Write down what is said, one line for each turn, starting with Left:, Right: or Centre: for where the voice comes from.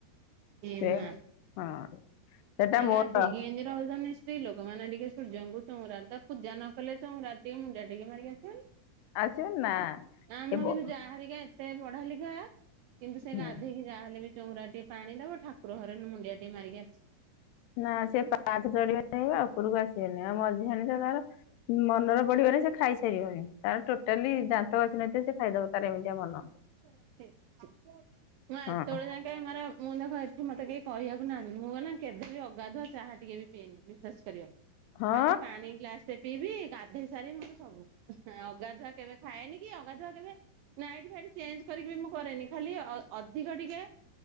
Right: ଏମା
Left: ସେୟା ହଁ। ସେଟା ମୋର
Right: ଗାଧେଇକି ଏନ୍ତି <unintelligible> ସ୍ତ୍ରୀ ଲୋକମାନେ ଟିକେ ସୂର୍ଯ୍ୟଙ୍କୁ ଚଉରାରେ ତ ପୂଜା ନ କଲେ, ଚଉରାରେ ଟିକେ ମୁଣ୍ଡିଆ ଟିକେ ମାରିକି ଆସିବନି।
Left: ଆସିବ ନା
Right: ଆମ
Left: ଏ ବ
Right: କିନ୍ତୁ ଜା ହେରିକା ଏତେ ପଢାଲିଖା କିନ୍ତୁ ସେ
Left: ହୁଁ।
Right: ଗାଧେଇକି ଯାହାହେଲେ ବି ଚଉରାରେ ଟିକେ ପାଣି ଦବ ଠାକୁର ଘରେ ମୁଣ୍ଡିଆଟିଏ ମାରିକି ଆସି
Left: ନା ସିଏ ପାହଚ ଚଢିବେନି ଉପରକୁ ଆସିବେନି ଆଉ ମଝିଆଣି ତ ତାର ମନର ପଡିବନି ସେ ଖାଇସାରିବଣି ତାର ଟୋଟାଲି ଦାନ୍ତ ଘସି ନଥିବ ସେ ଖାଇଦବ। ତାର ଏମିତିଆ ମନ।
Right: ମୁଁ ଆ
Left: ହଁ
Right: ଏତବଳ ଯାଙ୍କେ ମାନେ ମୁଁ ଦେଖ ଏଠି ମତେ କେହି କହିଆକୁ ନାହାନ୍ତି ମୁଁ ମନେ କେବେବି ଅଗାଧୁଆ ଚାହା ଟିକେ ବି ପିଏନି ବିଶ୍ୱାସ କରିବ
Left: ହଁ
Right: ଖାଲି ପାଣି ଗ୍ଲାସ୍ ଟେ ପିଇବି ଗାଧୋଇ ସାରି ମୋର ସବୁ, ଅଗାଧୁଆ କେବେ ଖାଏନି କି ଅଗାଧୁଆ କେବେ ନାଇଟି ଫାଇଟି ଚେଞ୍ଜ କରିକି ବି ମୁଁ କରେନି, ଖାଲି ଅଧିକ ଟିକେ